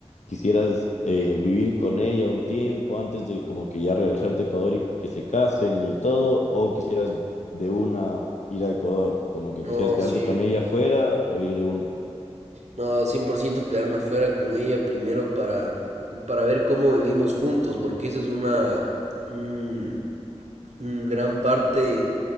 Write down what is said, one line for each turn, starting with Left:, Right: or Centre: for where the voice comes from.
Left: quisieras eh, vivir con ella un tiempo antes de como que ya regresarte a Ecuador y que se casen y todo, o quisieras de una ir a Ecuador, como que
Right: No,
Left: quisieras quedarte
Right: sí.
Left: con ella afuera o ir de una.
Right: No, 100% quedarme afuera con ella primero para, para ver cómo vivimos juntos, porque esa es una, un, un gran parte